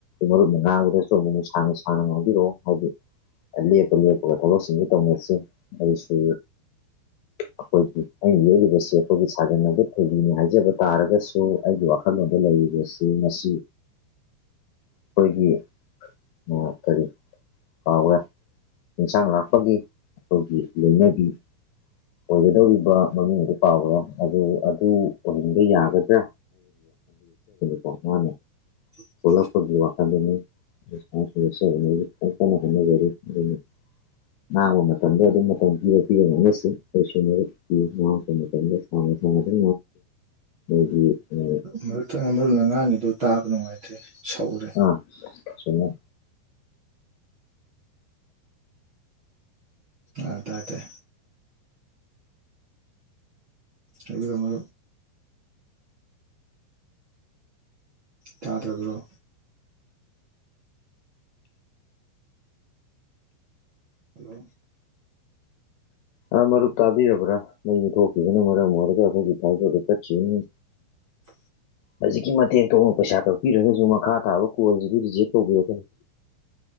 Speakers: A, on the left; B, on the right.
A: ꯃꯔꯨꯞꯅ ꯉꯥꯡꯕꯗꯣ ꯆꯨꯝꯕꯅꯤ ꯁꯥꯡꯅ ꯁꯥꯡꯅ ꯉꯥꯡꯕꯤꯔꯛꯑꯣ ꯍꯥꯏꯗꯤ ꯑ ꯂꯦꯞꯄ ꯂꯦꯞꯄꯒ ꯊꯕꯛꯁꯤꯡꯗꯣ ꯇꯧꯅꯁꯤ ꯑꯩꯁꯨ ꯑꯩꯈꯣꯏꯒꯤ ꯑꯩꯅ ꯌꯦꯛꯂꯤꯕꯁꯤ ꯑꯩꯈꯣꯏꯒꯤ ꯁꯥꯖꯟꯅꯕ ꯊꯣꯏꯕꯤꯅꯤ ꯍꯥꯏꯖꯕ ꯇꯥꯔꯒꯁꯨ ꯑꯩꯒꯤ ꯋꯥꯈꯜꯂꯣꯟꯗ ꯂꯩꯔꯤꯕꯁꯤ ꯉꯁꯤ ꯑꯈꯣꯏ ꯗꯤ ꯑ ꯀꯔꯤ ꯀꯥꯎꯒ꯭ꯔꯣ ꯆꯤꯡꯁꯥꯡ ꯂꯥꯛꯄꯒꯤ ꯑꯈꯣꯏꯒꯤ ꯂꯣꯏꯅꯕꯤ ꯑꯣꯏꯒꯗꯧꯔꯤꯕ ꯃꯃꯤꯡ ꯑꯗꯨ ꯀꯥꯎꯒ꯭ꯔꯦ ꯑꯗꯨ ꯑꯗꯨ ꯑꯣꯏꯍꯟꯕ ꯌꯥꯒꯗ꯭ꯔꯥ <unintelligible>
B: <unintelligible>
A: ꯄꯣꯛꯂꯥꯛꯄꯒꯤ ꯋꯥꯈꯟꯗꯨꯅꯤ <unintelligible> <unintelligible> ꯀꯟꯅ ꯍꯣꯠꯅꯖꯔꯤ ꯑꯗꯨꯅ ꯉꯥꯡꯕ ꯃꯇꯝꯗ ꯑꯗꯨꯝ ꯃꯇꯝ ꯄꯤꯔ ꯄꯤꯕ ꯉꯝꯂꯁꯨ ꯀꯩꯁꯨ ꯄꯤ ꯉꯥꯡꯉꯛꯄ ꯃꯇꯝꯗꯁꯨ ꯁ ꯑꯗꯨ ꯉꯦ <unintelligible>
B: ꯃꯔ ꯃꯔꯨ ꯉꯥꯡꯉꯤꯗꯣ ꯇꯥꯕ ꯅꯨꯡꯉꯥꯏꯇ꯭ꯔꯦ ꯁꯧꯔꯦ
A: ꯑ ꯆꯨꯝꯃꯦ
B: ꯑ ꯇꯗꯦ ꯑꯩ ꯑꯃꯣ ꯇꯥꯗ꯭ꯔꯕ꯭ꯔꯣ ꯍꯜꯂꯣ
A: ꯑꯥ ꯃꯔꯨꯞ ꯇꯥꯕꯤꯔꯕ꯭ꯔꯥ ꯃꯩꯅ ꯊꯣꯛꯈꯤꯕꯗꯨꯅ ꯃꯔꯝ ꯑꯣꯏꯔꯒ ꯑꯩꯈꯣꯏꯒꯤ ꯊꯥꯏꯖꯗ ꯇꯠꯁꯤꯅꯤ
B: <inaudible>
A: ꯍꯧꯖꯤꯛꯀꯤ ꯃꯇꯦꯛ ꯇꯅ ꯄꯩꯁꯥ ꯀꯛꯄꯤꯔꯒꯁꯨ ꯃꯈꯥ ꯇꯥꯕ ꯀꯣꯜꯁꯤꯗꯤ ꯔꯤꯖꯦꯛ ꯇꯧꯕꯤꯔꯛꯀꯅꯤꯨ